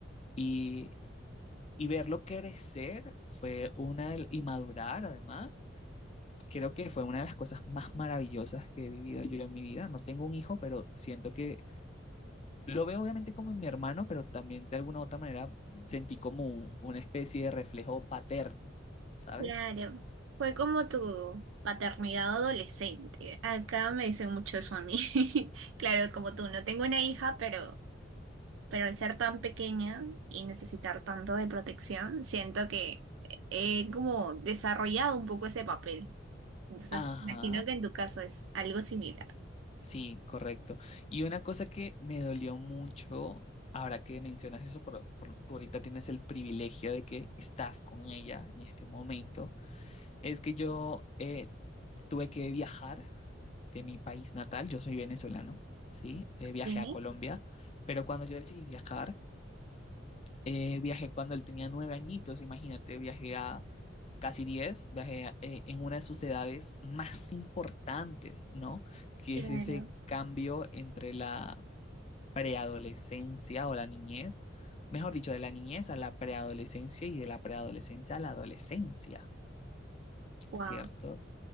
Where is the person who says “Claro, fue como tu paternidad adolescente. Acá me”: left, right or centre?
Right